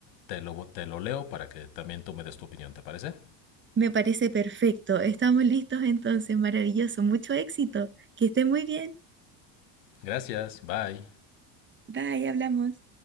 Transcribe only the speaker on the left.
te lo, te lo leo para que también tú me des tu opinión, ¿te parece?
Gracias, bye.